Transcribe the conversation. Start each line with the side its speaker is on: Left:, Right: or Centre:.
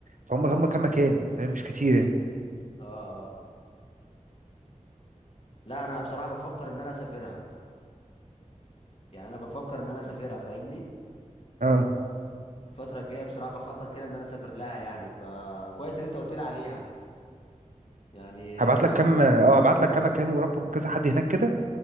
Right: فهم هم كام مكان فاهم مش كتير يعني
Left: اه اه لا انا بصراحة بفكر ان انا اسافرها يعني انا بفكر ان انا اسافرها فاهمني
Right: اه
Left: الفترة الجاية بصراحة بخطط كده ان انا اسافر لها يعني فكويس ان انت قلت لي عليها يعني
Right: هبعت
Left: يا
Right: لك كام اه هبعت لك كام مكان ورقم كذا حد هناك كده